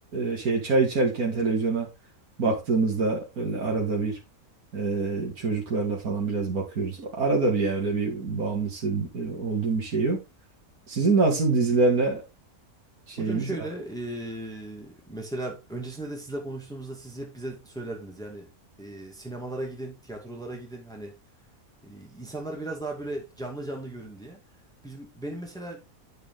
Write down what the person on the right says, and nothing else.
e, şey çay içerken televizyona baktığımızda öyle arada bir e, çocuklarla falan biraz bakıyoruz. Arada bir yani öyle bir bağımlısı e, olduğum bir şey yok. Sizin nasıl dizilerle şeyiniz